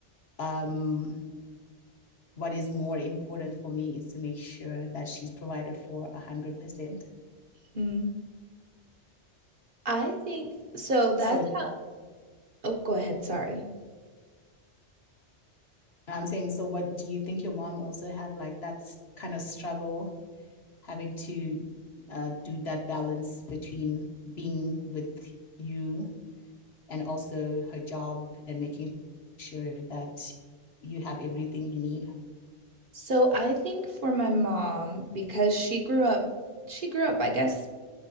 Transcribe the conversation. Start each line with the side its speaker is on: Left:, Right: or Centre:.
Left: um what is more important for me is to make sure that she's provided for 100%.
Right: Mm. I think so that's
Left: So
Right: how Oh, go ahead, sorry.
Left: I'm saying, so what do you think your mom also had like that kind of struggle having to uh, do that balance between being with you and also her job and making sure that you have everything you need.
Right: So I think for my mom, because she grew up, she grew up, I guess